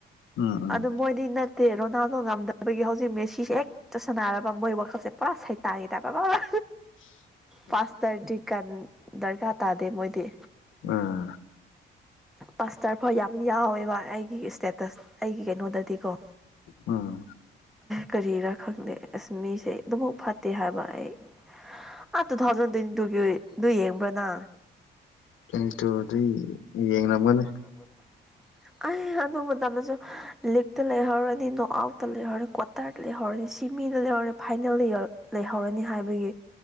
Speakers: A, on the left; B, in the centre.
A: ꯎꯝ ꯎꯝ
B: ꯑꯗꯨ ꯃꯣꯏꯗꯤ ꯅꯠꯇꯦ ꯔꯣꯅꯥꯜꯗꯣ ꯉꯝꯗꯕꯒꯤ ꯍꯧꯖꯤꯛ ꯃꯦꯁꯤꯁꯦ ꯍꯦꯛ ꯆꯠꯁꯥꯟꯅꯔꯕ ꯃꯣꯏ ꯋꯥꯈꯜꯁꯦ ꯄꯨꯔꯥ ꯁꯩꯇꯥꯒꯦ ꯇꯕꯕꯕꯥ ꯄꯥꯁꯇꯔꯗꯤꯀꯟ ꯗꯔꯀꯥꯔ ꯇꯥꯗꯦ ꯃꯣꯏꯗꯤ
A: ꯎꯝ
B: ꯄꯥꯁꯇꯔ ꯐꯥꯎ ꯌꯥꯝ ꯌꯥꯎꯋꯦꯕ ꯑꯩꯒꯤ ꯏꯁꯇꯦꯇꯁ ꯑꯩꯒꯤ ꯀꯩꯅꯣꯗꯗꯤꯀꯣ
A: ꯎꯝ
B: ꯀꯔꯤꯔꯥ ꯈꯪꯗꯦ ꯑꯁ ꯃꯤꯁꯦ ꯑꯗꯨꯃꯛꯥꯎ ꯐꯠꯇꯦ ꯍꯥꯏꯕ ꯑꯩ ꯑ ꯇꯨ ꯊꯥꯎꯖꯟ ꯇ꯭ꯋꯦꯟꯇꯤ ꯇꯨꯒꯤꯗꯨ ꯌꯦꯡꯕ꯭ꯔꯅ
A: ꯀꯦꯡꯇꯨ ꯑꯗꯨ ꯌꯦꯡꯝꯒꯅꯦ
B: ꯀꯃꯅꯤ ꯑꯩ ꯑꯗꯨ ꯃꯇꯝꯗꯁꯨ ꯂꯤꯛꯇ ꯂꯩꯍꯧꯔꯅꯤ ꯅꯣꯠ ꯑꯥꯎꯠꯇ ꯂꯩꯍꯧꯔꯅꯤ ꯇꯥꯔꯠ ꯂꯩꯍꯔꯦ ꯁꯤꯃꯤꯗ ꯂꯩꯍꯔꯦ ꯐꯥꯏꯅꯦꯜꯗ ꯌꯧꯔꯦ ꯂꯩꯍꯧꯔꯅꯤ ꯍꯥꯏꯕꯒꯤ